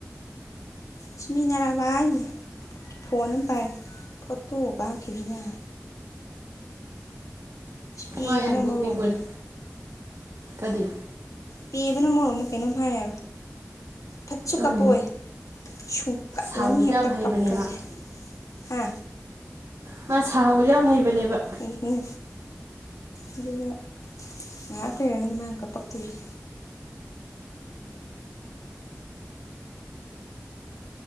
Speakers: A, on the left; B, on the right.
A: ꯁꯤꯃꯤꯅꯔ ꯑꯃ ꯕꯥꯅ ꯐꯣꯟ ꯍꯕ ꯐꯇꯣꯒꯍꯈꯤꯕꯕꯤꯅ ꯄꯦꯕꯅ
B: ꯃꯥ ꯌꯥꯝ ꯅꯣꯛꯅꯤꯡꯕꯅꯤ
A: ꯃꯔꯣꯟ ꯑꯃ
B: ꯀꯔꯤ
A: ꯄꯦꯕꯅ ꯃꯣꯔꯣꯃ ꯀꯩꯅꯣꯝ ꯍꯥꯏꯔꯔꯣ ꯐꯠꯁꯨ ꯀꯞꯄꯑꯣꯏ
B: ꯎꯝ
A: ꯁꯨꯡꯀꯠꯂꯅꯤ
B: ꯁꯥꯎꯕꯁꯨ
A: ꯍꯦꯛꯇ
B: ꯌꯥꯝ ꯍꯩꯕꯅꯦ
A: ꯀꯞꯄꯁꯦ
B: ꯃꯥ
A: ꯍꯥ
B: ꯉ ꯁꯕꯁꯨ ꯌꯥꯝ ꯍꯩꯕꯅꯦꯕ
A: ꯑꯩ ꯑꯗꯨꯒ ꯉꯥꯏꯍꯥꯛ ꯂꯩꯔꯒꯅꯤ ꯃꯥꯥꯡ ꯀꯄꯛꯇꯣꯏꯁ